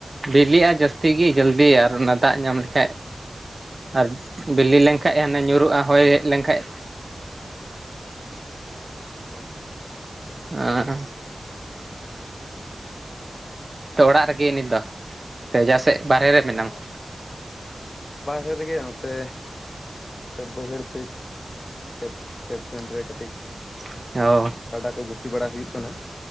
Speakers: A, on the right; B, on the left.
A: ᱵᱤᱞᱤᱜᱼᱟ ᱡᱟᱹᱥᱛᱤ ᱜᱮ ᱡᱚᱞᱫᱤ ᱟᱨ ᱚᱱᱟ ᱫᱟᱜ ᱧᱟᱢ ᱞᱮᱠᱷᱟᱡ,
B: ᱦᱮᱸ
A: ᱟᱨ ᱵᱤᱞᱤ ᱞᱮᱱᱠᱟᱡ ᱦᱟᱱᱮ ᱧᱩᱨᱩᱜᱼᱟ, ᱦᱚᱭ ᱦᱮᱡ ᱞᱮᱱᱠᱷᱟᱡ
B: ᱦᱮᱸ ᱦᱮᱸ
A: ᱟᱸ ᱛᱚ ᱚᱲᱟᱜ ᱨᱮᱜᱮ ᱱᱤᱛ ᱫᱚ ᱥᱮ ᱡᱟᱦᱟ ᱥᱮᱡ ᱵᱟᱨᱦᱮ
B: ᱦᱚᱸ
A: ᱨᱮ ᱢᱮᱱᱟᱢᱟ ᱾
B: ᱵᱟᱦᱨᱮ ᱨᱮᱜᱮ ᱱᱚᱛᱮ ᱵᱟᱹᱭᱦᱟᱹᱲ ᱥᱮᱫ ᱚᱱᱟ ᱠᱷᱮᱛ ᱠᱷᱮᱛ ᱠᱷᱟᱱ ᱨᱮ ᱠᱟᱹᱴᱤᱡ
A: <unintelligible>
B: ᱠᱟᱰᱟ ᱠᱚ ᱜᱩᱯᱤ ᱵᱟᱲᱟ ᱦᱩᱭᱩᱜ ᱠᱟᱱᱟ ᱾